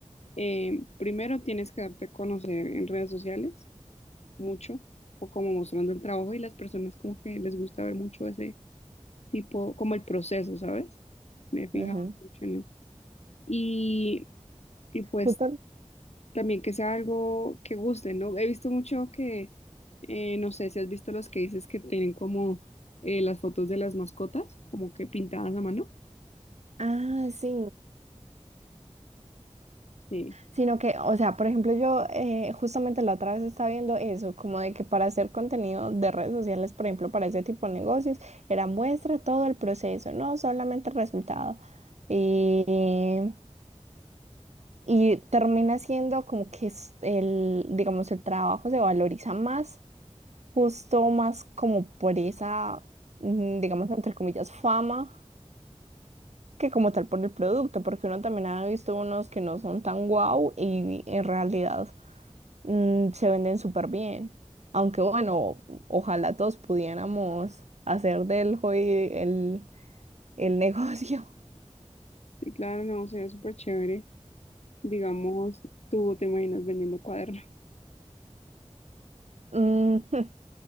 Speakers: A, on the left; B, on the right.
A: eh, primero tienes que darte a conocer en redes sociales mucho, o como mostrando el trabajo y las personas como que les gusta ver mucho ese tipo, como el proceso, ¿sabes? Me he fijado
B: Ujú.
A: mucho en eso. Y, y pues
B: Justo,
A: También que sea algo que guste, ¿no? He visto mucho que, eh, no sé si has visto los que dices que tienen como eh, las fotos de las mascotas, como que pintadas a mano.
B: Ah, sí.
A: Sí,
B: Sino que, o sea, por ejemplo, yo eh, justamente la otra vez estaba viendo eso, como de que para hacer contenido de redes sociales, por ejemplo, para ese tipo de negocios, era muestra todo el proceso, no solamente el resultado. Y, y termina siendo como que es el, digamos, el trabajo se valoriza más, justo más como por esa, mm, digamos, entre comillas, fama que como tal por el producto, porque uno también ha visto unos que no son tan guau y en realidad mm, se venden súper bien. Aunque bueno, ojalá todos pudiéramos hacer del hobby el, el negocio. <laughs>
A: sí, claro, no, sería súper chévere. Digamos, tú te imaginas vendiendo cuadernos. <laughs>
B: Mm, <laughs>